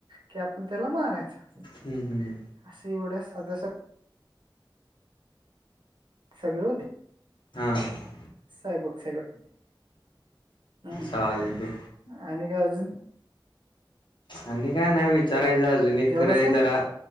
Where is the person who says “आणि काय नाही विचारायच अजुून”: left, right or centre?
Left